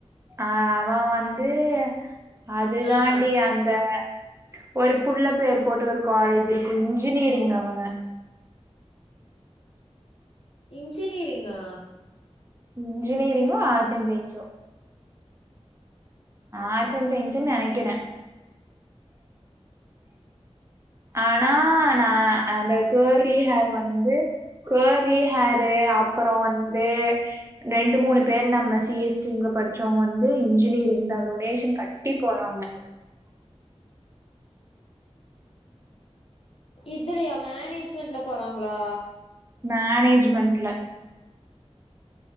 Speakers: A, on the right; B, on the left.
A: ஆ அவ வந்து அது தாண்டி
B: ஆமா
A: அந்த ஒரு புள்ள பேர் போட்டு ஒரு காலேஜ் இருக்கு இன்ஜினெரிங் அவங்க
B: இன்ஜினெரிங்கா
A: இன்ஜினெயரிங்கோ ஆர்ட்ஸ் அண்ட் சயின்ஸ் ஒ ஆர்ட்ஸ் அண்ட் சயின்ஸ்னு நெனைக்கிறே ஆனா நா அந்த கேர்லி ஹேர் வந்து கேர்லி ஹேரு அப்றோ வந்து ரெண்டு மூணு பேர் நம்ம சி எஸ் டிம்ல படிச்சோவங்க வந்து இன்ஜினெரிங் தா டொனேஷன் கட்டி போறாங்க
B: இதுலையா மேனேஜ்மெண்ட்ல போறாங்களா
A: மேனேஜ்மண்ட்ல